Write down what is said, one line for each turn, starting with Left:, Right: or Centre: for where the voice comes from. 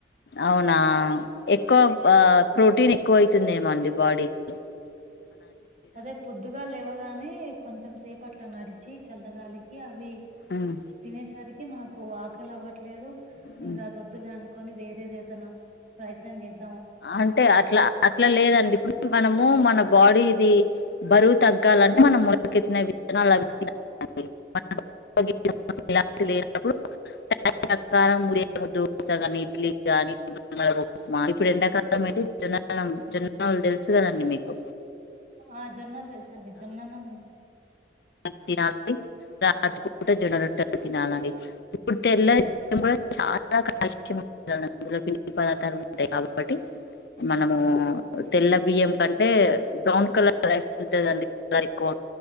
Left: అవునా ఎక్కువ ఆ ప్రోటీన్ ఎక్కువ అయితుందిమో అండి బాడీకి
Right: అదే పొద్దుగాల లేవగానే నే కొంచెం సేపట్ల నడిచి చల్లగాలికి అవి
Left: ఉమ్
Right: తినేసరి కి నాకు ఆకలి అవ్వట్లే లేవు
Left: ఉమ్
Right: ఇంక అదోద్దులే అనుకు కొని వేరేదేదైనా ప్రయత్నం చేద్ద
Left: అంటే అట్లా అట్లా లేదండి ఇప్పుడు మనము మన బాడీ ఇది బరువు తగ్గాలంటే మనం మొలకెత్తిన విత్తనాలవి తినాలి <unintelligible> దోస గాని ఇడ్లీ గాని ఉక్మా ఇప్పుడు ఎండాకాలం అయితే <unintelligible> జొన్నలు తెలుసు కదండీ మీకు
Right: ఆ జొన్నలు తెలుసండి జొన్నన్నము
Left: అన్ని తినాలి <unintelligible> ఎప్పుడు జొనరొట్టలు తినాలండి ఇప్పుడు తెల్ల బియ్యం కూడా చాలా <unintelligible> అందులో పిం పదార్థాలు ఉంటాయి కాబట్టి మనము తెల్ల బియ్యం కంటే బ్రౌన్ కలర్ రైస్ ఉంటది కదండీ <unintelligible>